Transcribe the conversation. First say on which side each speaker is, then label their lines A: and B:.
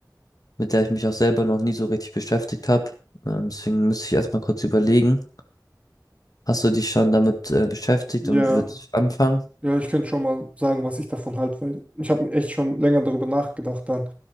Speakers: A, on the left; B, on the right.
A: mit der ich mich auch selber noch nie so richtig beschäftigt habe. Ähm, deswegen müsste ich erstmal kurz überlegen. Hast du dich schon damit äh, beschäftigt
B: ja,
A: und würdest anfangen?
B: ja, ich könnte schon mal sagen, was ich davon halte, weil ich habe mir echt schon länger darüber nachgedacht dann.